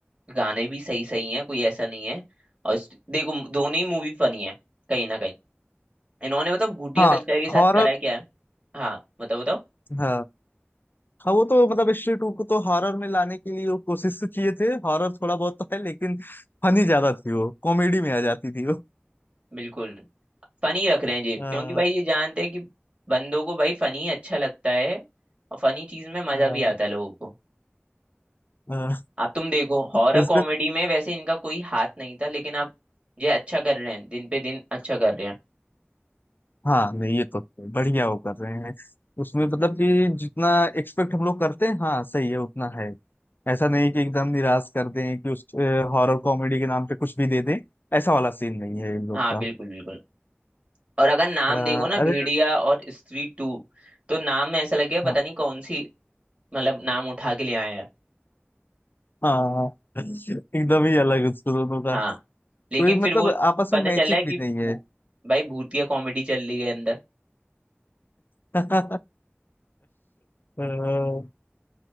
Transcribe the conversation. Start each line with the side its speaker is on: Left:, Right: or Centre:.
Right: गाने भी सही सही हैं कोई ऐसा नहीं है और इस- देखो दोनों ही मूवी फनी है कहीं ना कहीं इन्होंने बताओ भूटिया
Left: हाँ
Right: कल्चर के साथ
Left: हॉरर
Right: करा क्या है हाँ बताओ बताओ
Left: हाँ हाँ वो तो मतलब स्त्री टू को तो हॉरर में लाने के लिए वो कोशिश तो किए थे हॉरर थोड़ा बहुत तो है लेकिन फनी ज्यादा थी वो कॉमेडी में आ जाती थी वो
Right: बिल्कुल फनी रख रहे हैं जी क्योंकि
Left: हाँ
Right: भाई ये जानते हैं कि बंदों को भाई फनी अच्छा लगता है और फनी चीज में मजा
Left: हाँ
Right: भी आता है लोगों को
Left: हाँ
Right: अब तुम देखो हॉरर
Left: <laughs> उसमें
Right: कॉमेडी में वैसे इनका कोई हाथ नहीं था लेकिन अब ये अच्छा कर रहे हैं दिन पे दिन अच्छा कर रहे हैं
Left: हाँ नहीं ये तो बढ़िया वो कर रहे हैं उसमें मतलब कि जितना एक्सपेक्ट हम लोग करते हैं हाँ सही है उतना है ऐसा नहीं कि एकदम निराश कर दें कि उस हॉरर कॉमेडी के नाम पे कुछ भी दे दें ऐसा वाला सीन नहीं है इन लोग
Right: हाँ
Left: का
Right: बिल्कुल बिल्कुल और अगर नाम
Left: हाँ,
Right: देखो ना भेड़िया
Left: अरे
Right: और स्त्री टू तो नाम में ऐसा लगेगा
Left: हाँ
Right: पता नहीं कौन सी मतलब नाम उठा के ले आए हैं
Left: हाँ, हाँ। एकदम ही अलग उसको दोनों का
Right: हाँ लेकिन
Left: कोई
Right: फिर
Left: मतलब
Right: वो
Left: आपस
Right: पता
Left: में मैचिंग
Right: चल रहा है
Left: भी
Right: कि
Left: नहीं
Right: वो-
Left: है
Right: भाई भूतिया कॉमेडी चल रही है अंदर
Left: <laughs> अ, नहीं